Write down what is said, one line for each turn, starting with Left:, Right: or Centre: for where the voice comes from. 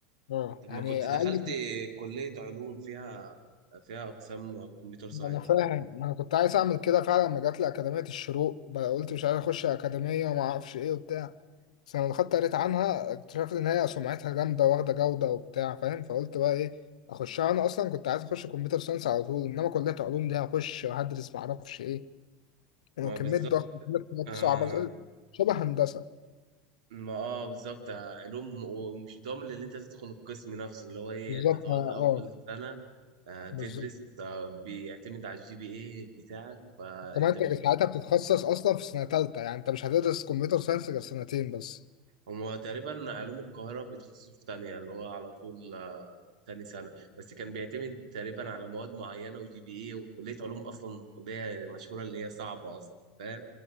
Left: اه
Right: طب
Left: يعني
Right: ما كنت
Left: اقل
Right: دخلت كليه علوم فيها فيها اقسام كمبيوتر ساينس
Left: ما انا فاهم ما انا كنت عايز اعمل كده فعلا لما جات لي اكاديميه الشروق بقى قلت مش عايز اخش اكاديميه وما اعرفش ايه وبتاع بس لما دخلت قريت عنها اكتشفت ان هي سمعتها جامده واخده جوده وبتاع فاهم فقلت بقى ايه اخشها انا اصلا كنت عايز اخش كمبيوتر ساينس على طول انما كليه علوم دي هخش وهدرس ما اعرفش ايه
Right: ما
Left: وكميه
Right: بالظبط
Left: ضغط وكميه مواد
Right: آه
Left: صعبه زي- شبه هندسه
Right: ما اه بالظبط آه، علوم ومش ضامن اللي انت تدخل القسم نفسه اللي هو ايه
Left: بالظبط
Right: انت تقعد
Left: اه
Right: اول
Left: آه،
Right: سنه آه تدرس
Left: بالظبط
Right: آه بيعتمد على الجي بي اي بتاعك فانت
Left: كمان
Right: مش
Left: انت ساعتها بتتخصص اصلا في سنه ثالثه يعني انت مش هتدرس كمبيوتر ساينس غير سنتين بس
Right: هما تقريبا علوم القاهرة بيتخصصوا في تانية اللي هو على طول آه، تاني سنة بس كان بيعتمد تقريبا على مواد معينة وجي بي ايه وكلية علوم أصلا كلية مشهورة اللي هي صعبة أصلا فاهم